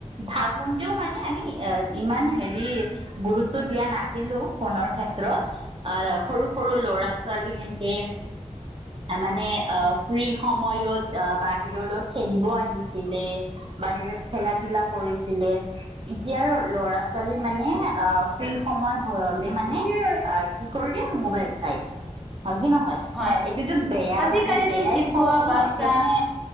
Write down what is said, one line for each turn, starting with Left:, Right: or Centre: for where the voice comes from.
Right: থাকোনতেও মানে আমি ইমান হেৰি গুৰুত্ব দিয়া নাছিলো ফোনৰ ক্ষেত্ৰ ত্ৰত আ সৰু -সৰু ল'ৰা ছোৱালী হেনকে মানে আহ ফ্ৰী সময়ত আহ বাহিৰলৈ খেলিব আহিছিলে, বাহিৰত খেলা ধূলা কৰিছিলে। এতিয়াৰ ল'ৰা- ছোৱালী মানে ফ্ৰী সময় হলে মানে
Centre: উম
Right: আহ, কি কৰি দিয়ে মোবাইল চাই। হয় কি নহয়?
Centre: হয়
Right: এইটোতো বেয়া
Centre: আজিকালিতো
Right: মানে বেয়াই
Centre: কেঁচুৱা
Right: কওঁ নহ।
Centre: বাচ্ছা
Right: এতিয়া মানে